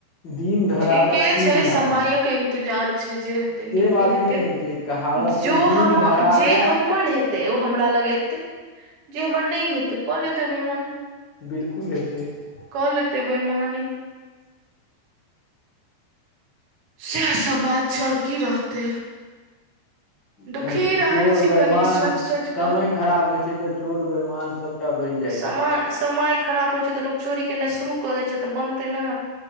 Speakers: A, on the left; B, on the right.
A: दिन धरावै
B: ठीके
A: तीन
B: छै,
A: नाम
B: समयक इन्तजार छै।
A: नहि
B: जे हेतै
A: से
B: नीक
A: बात
B: के हेतै,
A: नहि होइ छै कहावत
B: जो
A: छै दिन
B: हम,
A: धरावै
B: जे हमर हेतै ओ हमरा लग एतै। जे हमर नै हेतै क लेतै बैयमानी,
A: बिलकुल हेतै की
B: क लेते बैयमानी। सैह सब बात छै। और की रहतै।
A: की
B: दुखी
A: कहै छी,
B: रहै
A: चोर
B: छी
A: बैमान
B: कनि सोचि सोचि
A: समय
B: कऽ
A: खराब होय छै तऽ चोर बैमान सबटा बैन जाय
B: समय
A: छै लोक।
B: समय खराब होइ छैय तऽ लोक चोरी केनाइ शुरू कऽ दै छैय तऽ बनतै ने।